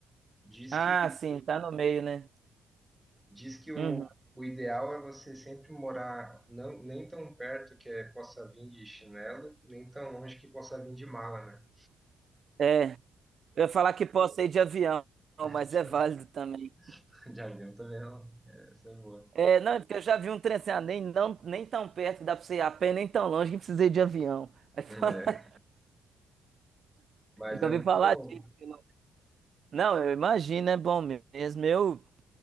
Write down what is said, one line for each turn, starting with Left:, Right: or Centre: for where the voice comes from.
Centre: Diz
Right: Ah,
Centre: que,
Right: sim, tá no meio, né?
Centre: diz que o,
Right: Uhum.
Centre: o ideal é você sempre morar não, nem tão perto que é, possa vir de chinelo, nem tão longe que possa vir de mala, né?
Right: É. Eu ia falar que posso ir de avião,
Centre: <laughs>
Right: mas é válido também.
Centre: <laughs> Jardim também não. É, Essa é boa.
Right: É, não, é porque eu já vi um trem assim, ah, nem, não, nem tão perto que dá pra você ir a pé, nem tão longe que precisei de avião. Aí fala,
Centre: É,
Right: <laughs>
Centre: mas
Right: eu já
Centre: é
Right: ouvi
Centre: muito
Right: falar
Centre: bom.
Right: disso. Não, Não, eu imagino, é bom mesmo. Eu,